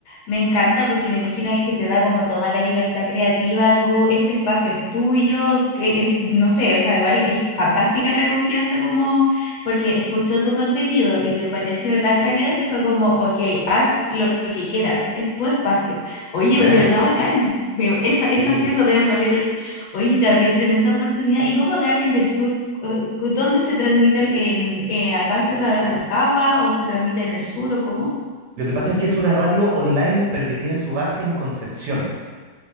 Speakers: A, on the left; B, on the right.
A: Me encanta porque me imagino que te da como toda la libertad creativa, tú, este espacio es tuyo, que es- no sé, o sea, igual es fantástica la confianza como porque escuchó tu contenido y le pareció de tan calidad que fue como, ok, haz lo que quieras, es tu espacio. Oye,
B: Claro,
A: de verdad bacán, me- esa-
B: sí.
A: esas piezas deben valer oro. Oye, te abrió tremenda oportunidad. ¿Y cómo de alguien del sur? eh, ¿Dónde se transmite? ¿En, eh, acá cerca de Rancagua o se transmite en el sur o cómo?
B: Lo que pasa es que es una radio online, pero que tiene su base en Concepción.